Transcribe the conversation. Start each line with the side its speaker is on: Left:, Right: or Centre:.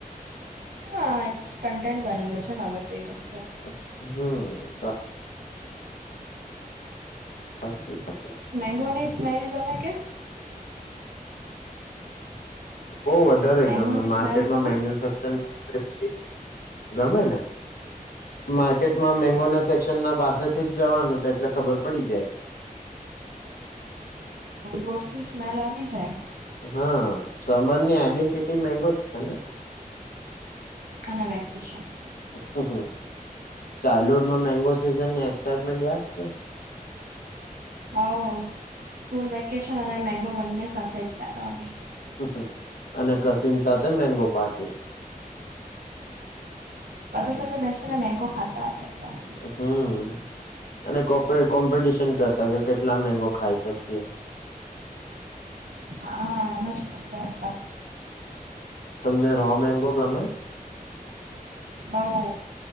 Right: હા એક કન્ટેન્ટ બની ગયો છે ને અવે તો એ બસ
Left: અ હમ સારું અચછી અચછ
Right: મેગોની સ્મેલ ગમે કે.
Left: બઉ વધારે
Right: મેંગોની
Left: ગમે માર્કેટમાં.
Right: સ્મેલ ગમે
Left: <unintelligible> <unintelligible> ગમે ને માર્કેટમાં મેગો ના સેક્શન ના પાસેથી જ જવાનું તો એટલે ખબર પડી જાય
Right: રોડથી સ્મેલ આવી જાય
Left: હા, સમર ની આઈડેન્ટિટી મેગોજ છેને.
Right: અનેના વેકેશન.
Left: હાં હાં ચાઇલ્ડ હુડમાં મેંગો સિઝનની એક્સાઈટમેન્ટ યાદ છે
Right: હ સ્કૂલ વેકેશન અને મેગો બંને સાથે જ યાદ આવે
Left: હં અને કસીન સાથે મેંગો પાર્ટી
Right: બધા સાથે બેસીને મેંગો ખાતા હતા ત્યારે તો
Left: હમ અને કોક તો કોમ્પિટિશન કરતા કે કેટલા મેગો ખાઈ શકીએ
Right: હા એમજ કરતા હતા
Left: તમને રો મગો ગમે.
Right: બૌ